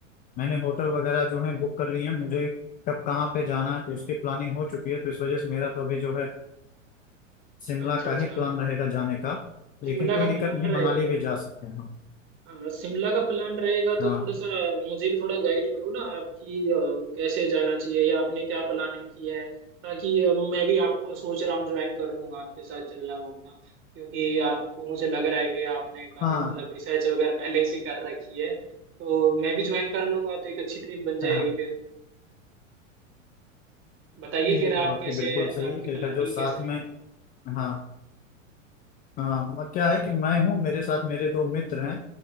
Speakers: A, on the left (about 25°); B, on the right (about 30°).
A: मैंने होटल
B: अच्छा
A: वगैरह जो है बुक कर लिए हैं मुझे कब कहाँ पे जाना है तो उसकी प्लानिंग हो चुकी है तो इस वजह से मेरा तो अभी जो है शिमला
B: अच्छा
A: का
B: अच्छा
A: ही प्लान रहेगा जाने का लेकिन
B: शिमला
A: कोई
B: का
A: दिक्कत
B: प्लान
A: नहीं
B: रहेगा
A: मनाली भी जा सकते हैं हम।
B: हाँ शिमला का प्लान रहेगा तो
A: हाँ
B: थोड़ा सा मुझे भी थोड़ा गाइड करो ना आपकी अ, कैसे जाना चाहिए या आपने क्या प्लानिंग की है ताकि अ, मैं भी आपको सोच रहा हूँ ज्वाइन कर लूँ आपके साथ चलना घूमना क्योंकि आपको मुझे लग रहा है कि आपने काफी
A: हाँ
B: मतलब रिसर्च वगैरह पहले से कर रखी है तो मैं भी ज्वाइन कर लूंगा तो एक अच्छी ट्रिप बन जाएगी
A: हाँ
B: फिर बताइए
A: ये
B: फिर आप
A: तो आपकी
B: कैसे
A: बिल्कुल
B: है कि
A: सही
B: आपकी
A: है कि
B: प्लानिंग
A: जो साथ
B: कैसे है
A: में हाँ हाँ वह क्या है कि मैं हूँ मेरे साथ मेरे दो मित्र हैं